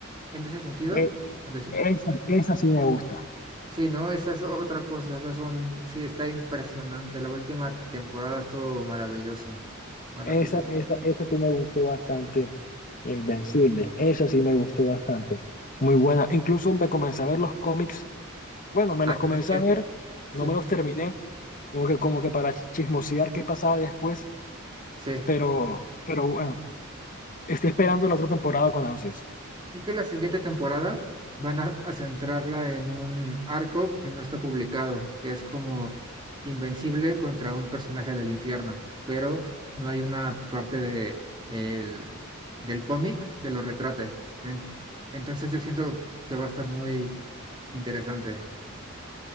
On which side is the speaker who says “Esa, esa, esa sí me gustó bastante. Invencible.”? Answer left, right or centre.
Left